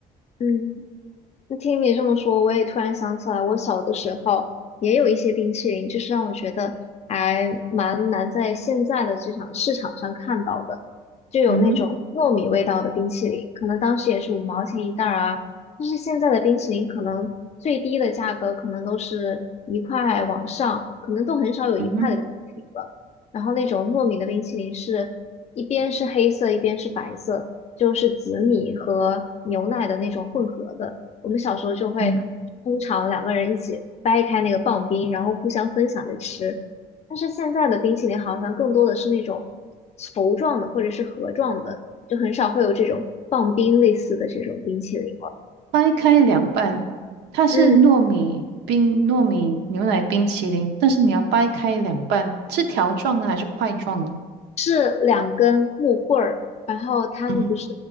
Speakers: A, on the left; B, on the right.
A: 嗯，就听你这么说，我也突然想起来，我小的时候也有一些冰淇淋，就是让我觉得还蛮难在现在的这场市场上看到的，就有那种糯米味道的冰淇淋，
B: 嗯哼，
A: 可能当时也是五毛钱一袋儿啊，但是现在的冰淇淋可能最低的价格可能都是一块往上，可能都很少有一块的冰淇淋了。
B: 嗯哼，
A: 然后那种糯米的冰淇淋是一边是黑色，一边是白色，就是紫米和牛奶的那种混合的。我们小时候就会通常两个人一起掰开那个棒冰，
B: 嗯哼。
A: 然后互相分享着吃。但是现在的冰淇淋好像更多的是那种球状的或者是盒状的，就很少会有这种棒冰类似的这种冰淇淋了。
B: 掰开两半，它是糯米冰、
A: 嗯，
B: 糯米牛奶冰淇淋，但是你要掰开两半，是条状的还是块状的？
A: 是两根木棍儿，然后它们不是
B: 嗯哼，